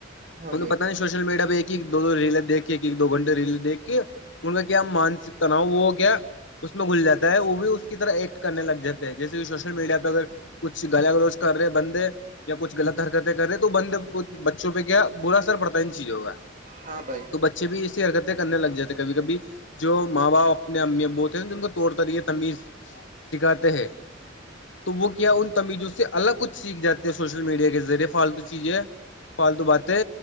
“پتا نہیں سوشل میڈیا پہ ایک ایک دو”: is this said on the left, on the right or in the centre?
Left